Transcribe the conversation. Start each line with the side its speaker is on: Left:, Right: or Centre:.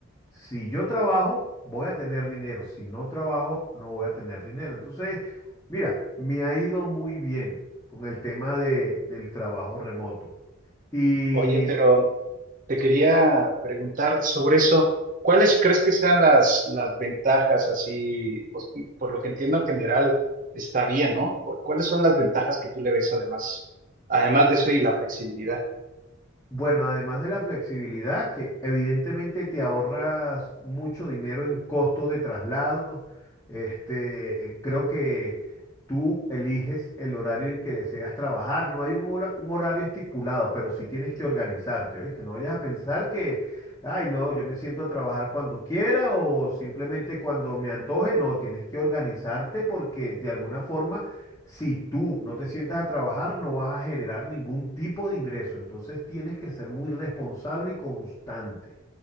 Left: si yo trabajo, voy a tener dinero. Si no trabajo, no voy a tener dinero. Entonces, mira, me ha ido muy bien con el tema de- del trabajo remoto. Y
Right: Oye, pero te quería preguntar sobre eso. ¿Cuáles crees que sean las, las ventajas así? Pues, por lo que entiendo en general está bien, ¿no? ¿Cu- ¿Cuáles son las ventajas que tú le ves además, además de eso y la flexibilidad?
Left: Bueno, además de la flexibilidad, que evidentemente te ahorras mucho dinero en costos de traslado, este, creo que tú eliges el horario en que deseas trabajar. No hay un, hola- un horario estipulado, pero sí tienes que organizarte, ¿viste? No vayas a pensar que, ay, no, yo me siento a trabajar cuando quiera o simplemente cuando me antoje. No, tienes que organizarte porque de alguna forma si tú no te sientas a trabajar, no vas a generar ningún tipo de ingreso. Entonces tienes que ser muy responsable y constante.